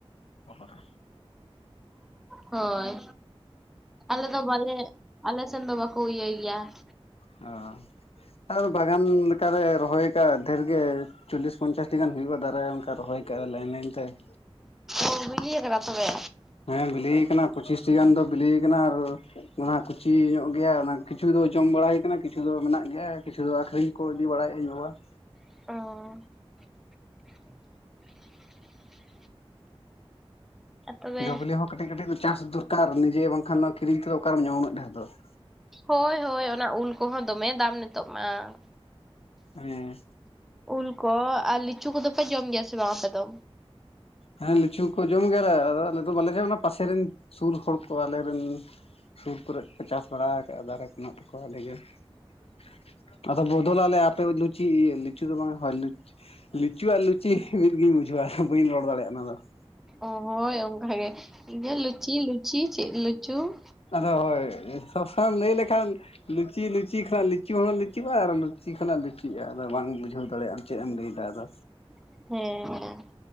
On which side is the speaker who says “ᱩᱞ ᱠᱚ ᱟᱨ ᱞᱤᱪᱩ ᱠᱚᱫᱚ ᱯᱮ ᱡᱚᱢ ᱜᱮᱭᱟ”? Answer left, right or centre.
Centre